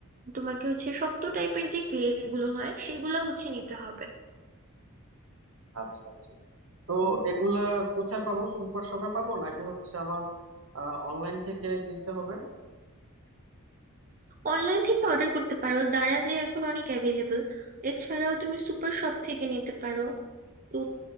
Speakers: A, on the right; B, on the right.
A: তোমাকে হচ্ছে শক্ত টাইপের যে ক্লে গুলো হয় সেগুলো হচ্ছে নিতে হবে
B: আচ্ছা আচ্ছা তো এগুলা কোথায় পাবো সুপার শপে পাবো নাকি হচ্ছে আমার অনলাইন থেকে কিনতে হবে
A: অনলাইন থেকে অর্ডার করতে পারো দারাজে এখন অনেক অ্যাভেলেবল এছাড়াও তুমি সুপার শপ থেকে নিতে পারো তো